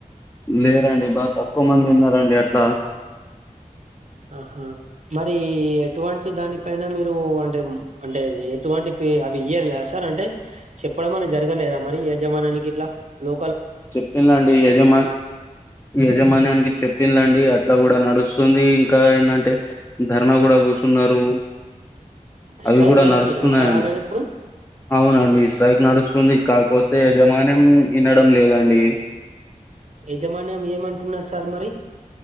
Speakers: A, on the left (about 20°); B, on the right (about 55°).
A: లేరండి బా తక్కువ మంది ఉన్నారండి అట్లా
B: ఆహా మరి ఎటువంటి దానిపైన మీరు అంటే అంటే ఎటువంటి అ ఇయర సార్ అంటే చెప్పడం అని జరగలేదా మరి జమానానికిట్ల లో
A: చెప్పిందిండి యజమాన్ యజమాన్యానికి చెప్పిందిండి అట్లా కూడా నడుస్తుంది ఇంకా ఏంటంటే ధర్నా కూడా కూర్చున్నారు
B: స్ట్రైక్
A: అవి కూడా
B: నడుస్తున్నా
A: నడుస్తున్నాయండి
B: సార్ ఆల్రెడీ ఇప్పుడు
A: అవునండి స్ట్రైక్ నడుస్తుంది కాకపోతే యాజమాన్యం వినడం లేదండి
B: యజమాన్యం ఏమంటున్నారు సార్ మరి